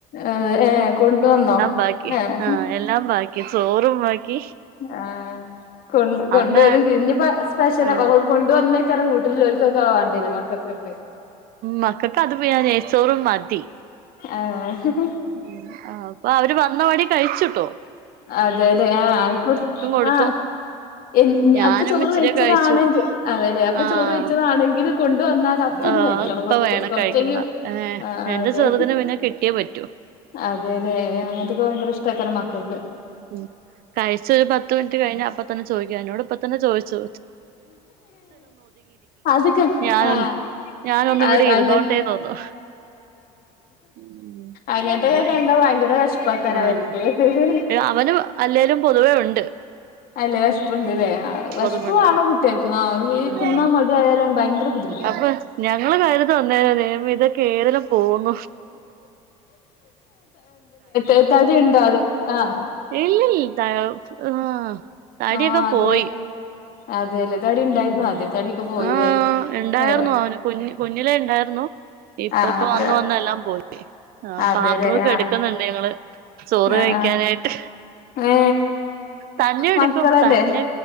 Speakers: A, on the left; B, on the right.
A: അതെ ഏഹ് കൊണ്ടുവന്നോ
B: ബാക്കി
A: ഏഹ്
B: ആഹ് എല്ലാം ബാക്കി ചോറും ബാക്കി
A: ആ കൊ കൊണ്ടുവരും
B: അമ്മ
A: എനി യൂം ഇഇനി ഇപ്പോൾ സ്പെഷ്യല്.
B: ആഹ്
A: കൊണ്ടുവന്നേക്കാരം വീട്ടിൽല്ലോൽകൊക്കെ മക്കൾക്ക്
B: മക്കക്ക് വേറെ നെയ്ച്ചോറും മതി
A: ഏഹ്
B: ഉം അപ്പൊ അവര് വന്നവഴി കഴിച്ചു ട്ടോ
A: അതെ അതെ ആഹ്
B: കൊടുത്തു
A: ആഹ് എ
B: ഞാനും
A: അപ്പൊ ചോറ്
B: ഇച്ചിരി
A: കഴിച്ചതാണെങ്കിൽ
B: കഴിച്ചു
A: അതെല്ലെ അപ്പൊ
B: ആഹ്
A: ചോറ് വഴിച്ചതാണെങ്കിലും കൊണ്ടുവന്നാൽ അപ്പൊ ഒന്ന്
B: ആഹ്
A: കഴിക്കണം
B: ഇപ്പ
A: കൊറച്ച്
B: വേണം
A: കൊറച്ചെങ്കും
B: കഴിക്കണം ഏഹ്
A: ആഹ്
B: എന്റെ
A: അതെ
B: ചെറുതിന് പിന്നെ കിട്ടിയേ പറ്റൂ
A: അതെല്ലേ
B: ഉം
A: അങ്ങൻത്തൊക്കെ ഭയങ്കര ഇഷ്ട്ടേക്കാരം മക്കൾക്ക്
B: ഉം കഴിച്ച ഒരു പത്ത് മിനിറ്റ് കഴിഞ്ഞ അപ്പൊ തന്നെ ചോദിക്കും എനോട് ഇപ്പ തന്നെ ചോയ്ച്ചു
A: അത്ക്ക
B: ഞാനൊന്ന്
A: ആഹ്
B: ഞാനൊന്ന്
A: അ
B: ഇവിടെ ഇരുന്നോട്ടേന്ന്
A: അങ്ങ
B: പറഞ്ഞു ഉം
A: അങ്ങനത്തക്കക്കെണ്ടോ
B: ഉവ്വായി
A: ഭയങ്കര വെഷമം ഉപ്പക്ക
B: ആഹ്
A: വരത്ത അതന്നെ
B: അവന് അല്ലേലും പൊതുവേ ഉണ്ട്
A: നല്ലേ വിഷ്പുണ്ട്ല്ലേ
B: ഉം
A: ആ വിഷ്പ
B: പൊതുവുണ്ട്
A: വാണം കുട്ടിയക്കും ആ
B: ആഹ്
A: തിന്നാൻ മടി ആയാലാണ് ഭയങ്കര ബുദ്ധിമുട്ട്
B: അപ്പൊ ഞങ്ങള് കരുതും ദൈവമേ ഇതൊക്കെ ഏതിലെ പോവും
A: എഹ് തടി ഉണ്ടോ അതോ ആഹ്
B: ഇല്ല ഇല്ല ആ തടിയൊക്കെ
A: ആ അതെ
B: പോയി
A: അതെല്ലേ തടി ഉണ്ടായിരുന്നു
B: ഉം
A: ആദ്യം തടിയൊക്കെ പോയില്ലേ
B: ആഹ് ണ്ടായിരുന്നു
A: ഏ
B: അവന് കുഞ് കുഞ്ഞിലേ ഉണ്ടായിരുന്നു ഇപ്പ
A: ആ
B: ഇപ്പ
A: അത്
B: വന്ന് വന്ന എല്ലാം പോയി
A: അതെല്ലേ
B: പാത്രമൊക്കെ
A: ആ
B: എടുക്കുന്ന ണ്ട് ഞങ്ങള് ചോറ്
A: ആ
B: കഴിക്കാനായിട്ട്
A: ആ ഏ
B: തന്നെ എടുക്കും
A: മക്കളല്ലേ
B: തന്നെ